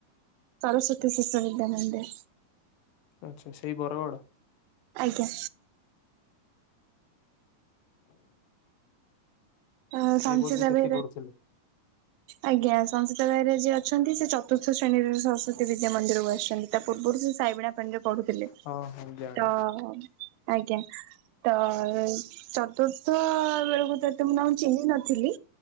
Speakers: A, on the right (about 85°); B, on the left (about 80°).
A: ସରସ୍ୱତୀ ଶିଶୁ ବିଦ୍ୟାମନ୍ଦିର।
B: ଆଚ୍ଛା। ସେଇ ବରଗଡ଼?
A: ଆଜ୍ଞା। ଅ
B: ସିଏ
A: ସଂସୀତା
B: ବୋଧେ ସେଠି
A: ବେ
B: ପଢୁଥିଲେ
A: ଆଜ୍ଞା ସଂସୀତା ବେହେରା ଯିଏ ଅଛନ୍ତି ସେ ଚତୁର୍ଥ ଶ୍ରେଣୀରେ ସରସ୍ଵତୀ ବିଦ୍ୟା ମନ୍ଦିର କୁ ଆସିଛନ୍ତି। ତା ପୂର୍ବରୁ ସେ ସାଇବିଣାପାଣିରେ ପଢୁଥିଲେ।
B: ହଁ ହଁ ଜାଣି
A: ତ ଆଜ୍ଞା। ତ ଚତୁର୍ଥ ବେଳକୁ ତତେ ମୁ ଚିହ୍ନି ନଥିଲି।